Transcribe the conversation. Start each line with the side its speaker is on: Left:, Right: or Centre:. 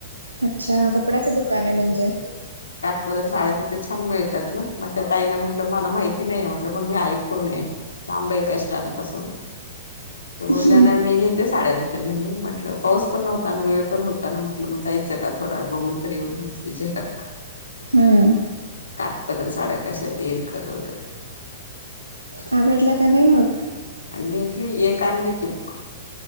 Right: अच्छा, कपड्याचं दुकान आहे म्हणजे.
Left: <unintelligible> साड्या तिथे छान मिळतात ना, मग त्या ताईना म्हटलं मला माहिती नाही हाय म्हटल पण मी ऐ कोण आहे? लांब आहे का स्टॅन्डपासून, त्या बोलल्या
Right: हम्म,
Left: नाही मी घेते साड्या ति नेहमी म्हटलं पाऊस पण नव्हता आणि वेळ पण होता ना, म्हटलं मग जायचं का थोडा बघून तरी येऊन नूसती झलक.
Right: हम्म.
Left: काटपदर साड्या कशात ते इरक <unintelligible>
Right: आवडला का नाही मग?
Left: घेतली एक आणली की मग,